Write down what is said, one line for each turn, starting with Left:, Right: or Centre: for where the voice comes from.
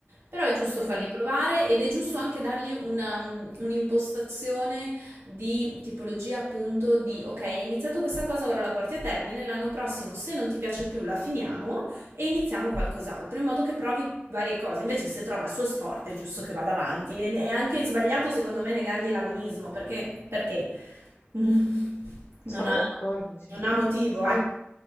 Right: Però è giusto
Left: Mhm.
Right: farli provare ed è giusto anche dargli una- un'impostazione di tipologia appunto di ok, hai iniziato questa cosa, ora la porti a termine, l'anno prossimo se non ti piace più la finiamo e iniziamo qualcos'altro, in modo che provi varie cose. Invece se trova il suo sport è giusto che vada avanti e è anche sbagliato secondo me negargli l'agonismo perché, perché? <laughs> non
Left: Sono
Right: ha,
Left: d'accordo, sì.
Right: non ha motivo,
Left: Anc-
Right: ecco.